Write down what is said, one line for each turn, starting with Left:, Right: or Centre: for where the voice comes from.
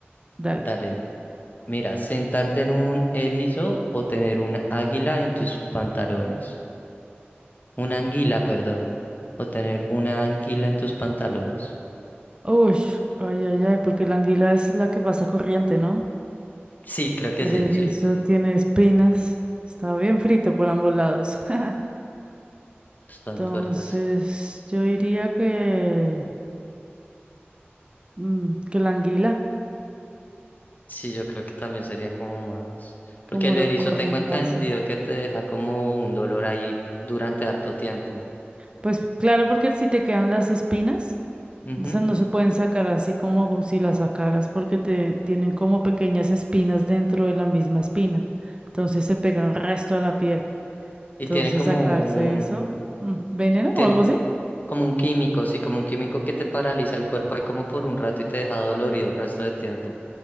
Right: dale.
Left: Dale, mira, sentarte en un erizo o tener una águila en tus pantalones. Una anguila, perdón. O tener una anguila en tus pantalones.
Right: Uy, ay, ay, ay, porque la anguila es la que pasa corriente, ¿no?
Left: Sí, creo que
Right: El
Left: sí,
Right: erizo
Left: sí.
Right: tiene espinas. Está bien frito por ambos lados. <laughs>
Left: Están
Right: Entonces,
Left: fuertes.
Right: yo diría que, mm, que la anguila,
Left: Sí, yo creo que también sería como más. Porque
Right: como
Left: el
Right: lo
Left: erizo
Right: corriente
Left: tengo entendido
Right: hace.
Left: que te deja como un dolor ahí durante harto tiempo.
Right: Pues claro, porque si te quedan las espinas.
Left: Ujú.
Right: Esas no se pueden sacar así como si las sacaras porque te tienen como pequeñas espinas dentro de la misma espina. Entonces se pegan resto a la piel.
Left: Y
Right: Entonces
Left: tiene como
Right: sacarse
Left: un...
Right: eso, mm, veneno
Left: Tiene
Right: o algo así.
Left: como un químico, sí, como un químico que te paraliza el cuerpo ahí como por un rato y te deja dolorido el resto del tiempo.